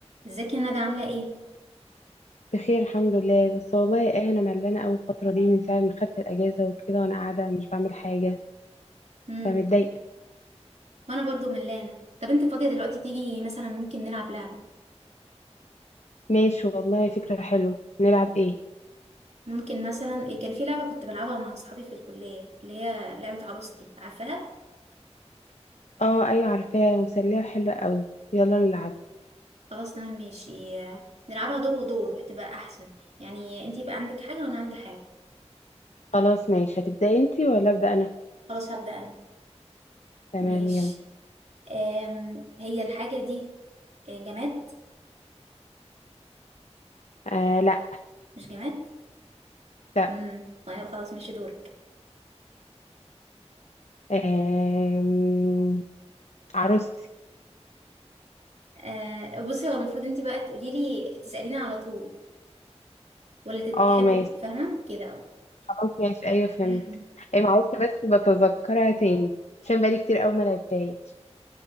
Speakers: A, on the right; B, on the left.
A: ازيك يا ندى عاملة ايه؟
B: بخير الحمد لله بس والله ايه انا ملانه اول فتره دي من ساعه ما خدت الاجازه وكده وانا قاعده مش بعمل حاجه
A: امم
B: فمتضايقه
A: وانا برضو ملانة طب انت فاضية دلوقتي تيجي مثلا ممكن نلعب لعبة
B: ماشي والله فكره حلوه نلعب ايه
A: ممكن مثلا إيه، كان في لعبة كنت بلعبها مع اصحابي في الكلية اللي هي لعبة عروستي عارفاها؟
B: اه ايوه عارفاه مسليه وحلوه قوي يلا نلعب
A: خلاص تمام ماشي نلعبها دور ودور هتبقى احسن يعني انت يبقى عندك حاجة وانا عندي حاجة
B: خلاص ماشي هتبداي انتي ولا ابدا انا
A: خلاص هبدأ انا
B: تمام
A: ماشي
B: يلا
A: أم... هي الحاجة دي آه، جماد
B: آه لا
A: مش جماد؟
B: لا
A: امم طيب خلاص ماشي دورك
B: آم... عروستي
A: أه بصي هو المفروض انت بقى تقولي لي تسأليني على طول ولا تحب
B: اه ماشي
A: فاهمة كده
B: خلاص ماشي ايوه فهمت
A: <laughs>
B: إيه معلش بس بتذكرها تاني عشان بقالي كتير قوي ما لعبتهاش